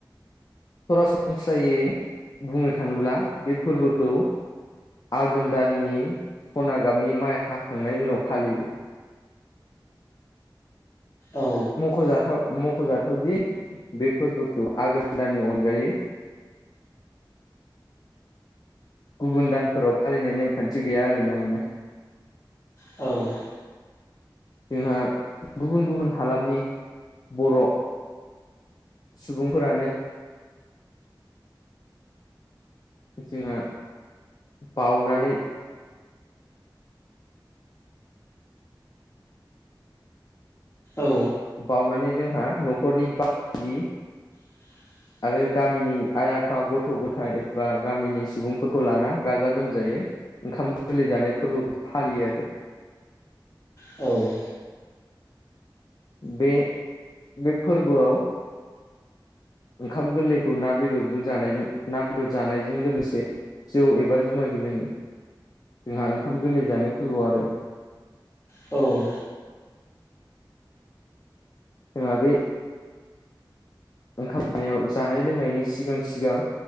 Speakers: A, on the left; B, on the left.
A: सरासनस्रायै बुंनो थाङोब्ला बे फोरबोखौ आघोन दाननि सना गाबनि माइ हाखांनाय उनाव फालियो
B: औ
A: ख'जाथाव मख'जाथावदि बे फोरबोखौ आघोन दानानि अनगायै गुबुन दानफोराव फालिनाय नेमखान्थि गैया आरो ना माने
B: औ
A: जोंहा गुबुन गुबुन हालामनि बर' सुबुंफोरानो जोंहा बावनानै
B: औ
A: बावनानै जोंहा न'खरनि बाहागि
B: <inaudible>
A: आरो गामिनि आइ आफा गथ' गथायाइ एबा गामिनि सुबुंफोरखौ लाना गाजा गोमजायै ओंखाम गोरलै जानाय फोरबोखौ फालियो आरो
B: औ
A: बे बे फोरबोआव ओंखाम गोरलैखौ ना बेदरजों जानायजों ना बेदर जानायजों लोगोसे जौ एबा जुमायबो लोङो जोंहा ओंखाम गोरलै जानाय फोरबोआव आरो
B: औ
A: जोंहा बे ओंखाम सनायाव जानाय लोंनायनि सिगां सिगां